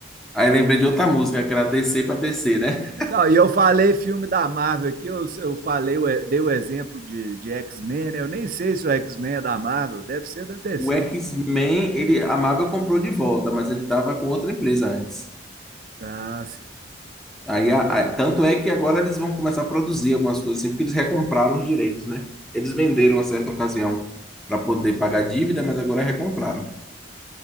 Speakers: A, in the centre; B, on the right (about 45°).
A: Aí lembrei de outra música, aquela DC pra BC, né?
B: Não, e eu falei filme da Marvel aqui, eu, eu falei, eu dei o exemplo de, de X-Men, né? Eu nem sei se o X-Men é da Marvel, deve ser da DC.
A: O X-Men, ele, a Marvel comprou de volta, mas ele tava com outra empresa antes.
B: Ah, sim.
A: Aí, a- a- tanto é que agora eles vão começar a produzir algumas coisas assim, porque eles recompraram os direitos, né? Eles venderam a certa ocasião para poder pagar a dívida, mas agora recompraram.